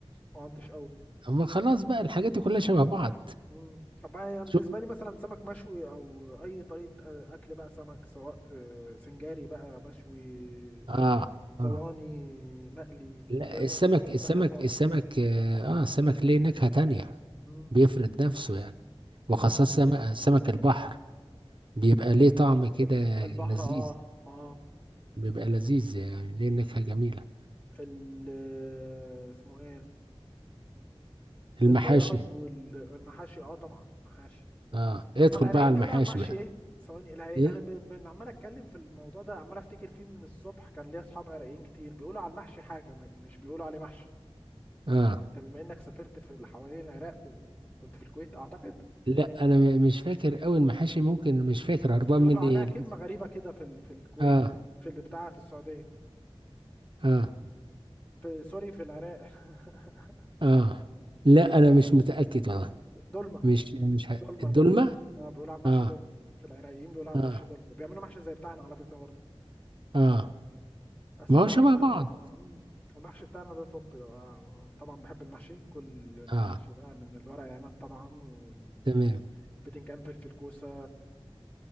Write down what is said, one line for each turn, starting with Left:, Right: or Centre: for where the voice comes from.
Left: ما عدتش قوي
Right: اما خلاص بقى الحاجات دي كلها شبه بعض
Left: مم. طب هي بالنسبة
Right: شو
Left: لي مثلا سمك مشوي أو أي طريقة آه، أكل بقى سمك سواء آه، سنجاري بقى مشوي
Right: اه
Left: صواني
Right: اه
Left: مقلي
Right: لا
Left: كذا
Right: السمك السمك
Left: بحبه أكتر
Right: السمك اه آه، السمك ليه نكهة تانية
Left: مم.
Right: بيفرد نفسه يعني وخاصة
Left: مم.
Right: سمك سمك البحر بيبقى ليه طعم كده
Left: ال- البحر
Right: لذيذ
Left: آه آه
Right: بيبقى لذيذ يعني ليه نكهة جميلة
Left: ال اسمه إيه
Right: المحاشي
Left: البياض والمحاشي آه طبعا محاشي
Right: اه ادخل
Left: هما العراقيين
Right: بقى على
Left: بيقولوا
Right: المحاشي
Left: على المحشي
Right: بقى
Left: إيه ثواني العراق
Right: ايه
Left: أنا ب- ب- عمال أتكلم في الموضوع ده عمال أفتكر فيه من الصبح كان ليا أصحاب عراقيين كتير بيقولوا على المحشي حاجة ما- مش بيقولوا عليه محشي
Right: اه
Left: انت بما انك سافرت في اللي حوالين العراق و- وكنت في الكويت اعتقد قلت
Right: لا
Left: لي
Right: انا م- مش فاكر قوي المحاشي ممكن مش فاكر هربان
Left: بيقولوا
Right: مني
Left: عليها
Right: الاسم
Left: كلمة غريبة كده في ال... في الكويت
Right: اه
Left: في اللي بتاعها في السعودية
Right: اه
Left: في سوري في العراق <laughs>
Right: اه لا انا مش متاكد والله
Left: دولمة
Right: مش مش
Left: دولمة
Right: ه... الدولمه
Left: دولمة اه بيقولوا على المحشي
Right: اه
Left: دولمة في العراقيين بيقولوا على
Right: اه
Left: المحشي دولمة بيعملوا محشي زي بتاعنا على فكرة برضه
Right: اه
Left: بس
Right: ما
Left: المحشي
Right: هو شبه
Left: بتاعنا
Right: بعض
Left: ده طب مم. المحشي بتاعنا ده طب آه، طبعا بحب المحشي كل المحاشي
Right: اه
Left: بقى من الورق العنب طبعا والبتنجان
Right: تمام
Left: فلفل كوسة